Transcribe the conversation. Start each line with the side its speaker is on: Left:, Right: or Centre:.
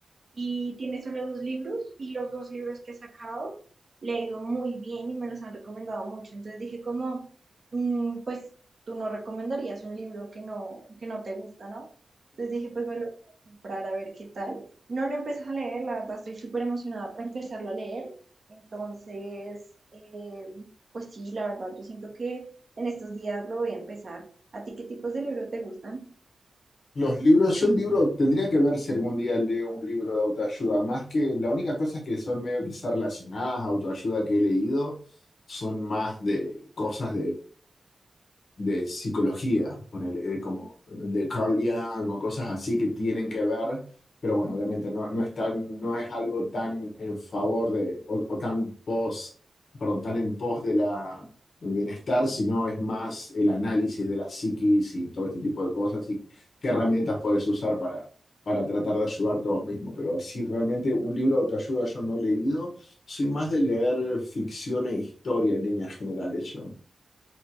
Right: y tiene solo dos libros y los dos libros que he sacado le ha ido muy bien y me los han recomendado mucho. Entonces dije como, mm, pues tú no recomendarías un libro que no, que no te gusta, ¿no? Entonces dije, pues me lo voy a comprar a ver qué tal. No lo empecé a leer, la verdad estoy súper emocionada para empezarlo a leer. Entonces, eh, pues sí, la verdad yo siento que en estos días lo voy a empezar. ¿A ti qué tipos de libros te gustan?
Left: Los libros, yo un libro, tendría que ver si algún día leo un libro de autoayuda, más que la única cosa que son medio quizás relacionadas, autoayuda que he leído, son más de cosas de psicología, poner como de Carl Jung o cosas así que tienen que ver, pero bueno, obviamente no, no es tan- no es algo tan en favor de, o, o tan pos, perdón, tan en pos de la, del bienestar, sino es más el análisis de la psiquis y todo este tipo de cosas y qué herramientas puedes usar para, para tratar de ayudarte a vos mismo. Pero sí, realmente un libro de autoayuda yo no he leído, soy más de leer ficción e historia en líneas generales. Yo